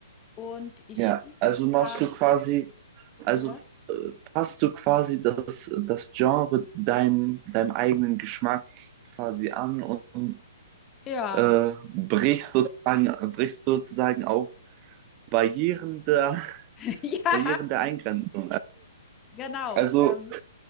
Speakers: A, on the left; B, on the right.
A: Und ich
B: Ja,
A: spiele
B: also
A: zwar
B: machst du quasi, also
A: ja?
B: äh, passt du quasi das, das Genre deinem, deinem eigenen Geschmack quasi an und und
A: Ja.
B: äh, brichst sozusagen, brichst sozusagen auch Barrieren der, <laughs>
A: <laughs> Ja,
B: Barrieren der Eingrenzung.
A: genau,
B: Also
A: ähm